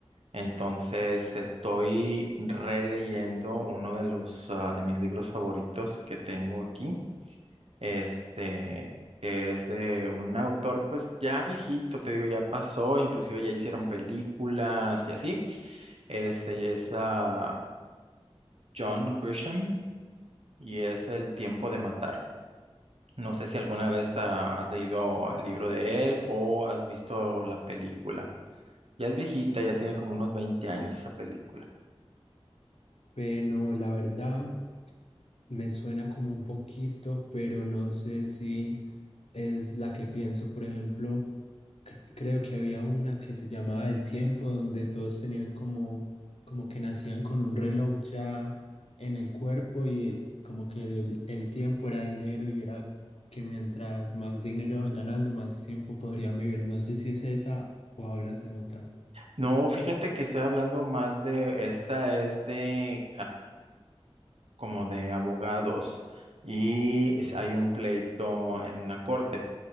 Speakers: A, on the right; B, on the left.
A: Entonces, estoy releyendo uno de los ah, de mis libros favoritos que tengo aquí este, que es de un autor pues ya viejito, te digo, ya pasó, inclusive ya hicieron películas y así. Ese es ah, John Grisham y es El tiempo de matar. No sé si alguna vez te has leído el libro de él o has visto la película. Ya es viejita, ya tiene como unos 20 años esa película.
B: Bueno, la verdad me suena como un poquito, pero no sé si es la que pienso. Por ejemplo, cre- creo que había una que se llamaba El Tiempo, donde todos tenían como, como que nacían con un reloj ya en el cuerpo y eh, como que el, el tiempo era dinero y era que mientras más dinero iban ganando, más tiempo podrían vivir. No sé si es esa o hablas de otra.
A: No, fíjate que estoy hablando más de, esta es de, como de abogados y es- hay un pleito en una corte.